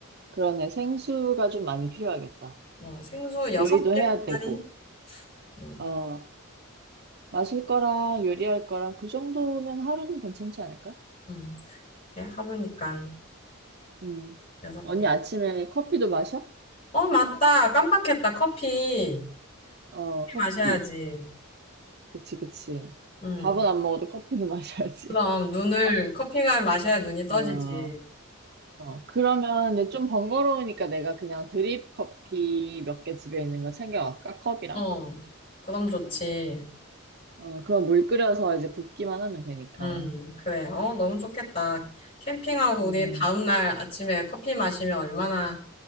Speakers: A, on the right; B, on the left.
A: 그러네. 생수가 좀 많이 필요하겠다.
B: 어, 생수 여섯
A: 요리도
B: 개짜리?
A: 해야 되고.
B: 음,
A: 어, 마실 거랑 요리할 거랑 그 정도면 하루는 괜찮지 않을까?
B: 음, 이게 하루니까
A: 응.
B: 여섯
A: 언니
B: 개.
A: 아침에 커피도 마셔?
B: 어, 맞다. 깜빡했다. 커피.
A: 어,
B: 커피
A: 커피.
B: 마셔야지.
A: 그치, 그치.
B: 음.
A: 밥은 안 먹어도 커피는 <laughs> 마셔야지.
B: 그럼 눈을, 커피가 마셔야 눈이 떠지지.
A: 어, 어. 그러면 이제 좀 번거로우니까 내가 그냥 드립 커피 몇 개 집에 있는 거 챙겨갈까? 컵이랑?
B: 어, 그럼 좋지.
A: 어, 그거 물 끓여서 이제 붓기만 하면 되니까.
B: 음, 그래. 어, 너무 좋겠다. 캠핑하고
A: 음,
B: 우리 다음날 아침에 커피 마시면 얼마나